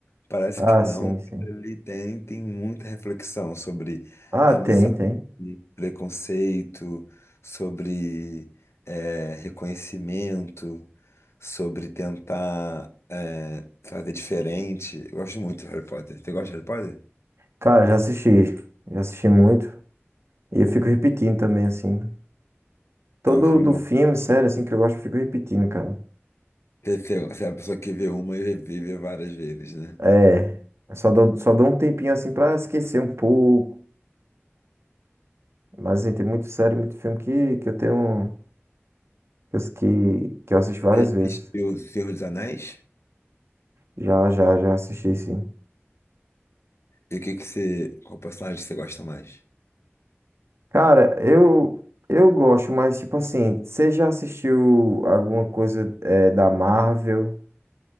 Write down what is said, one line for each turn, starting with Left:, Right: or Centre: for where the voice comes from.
Left: Parece
Right: Ah,
Left: que não.
Right: sim, sim.
Left: Ele tem, tem muita reflexão sobre
Right: Ah,
Left: amizade,
Right: tem, tem.
Left: preconceito, sobre é, reconhecimento, sobre tentar é, fazer diferente. Eu gosto muito de Harry Potter. Você gosta de Harry Potter?
Right: Cara, já assisti. Já assisti muito. E eu fico repetindo também, assim. Todo
Left: É um filme
Right: do
Left: bom.
Right: filme, sério, assim, que eu gosto, eu fico repetindo, cara.
Left: Você você- você é a pessoa que vê uma e vive várias vezes, né?
Right: É, só dou, só dou um tempinho assim pra esquecer um pouco. Mas assim, tem muito série, muito filme que, que eu tenho. Que, eu- que que eu assisti várias
Left: Você já
Right: vezes.
Left: assistiu O Senhor dos Anéis?
Right: Já, já, já assisti, sim.
Left: E o que que você. Qual personagem que você gosta mais?
Right: Cara, eu, eu gosto, mas tipo assim, você já assistiu alguma coisa é, da Marvel?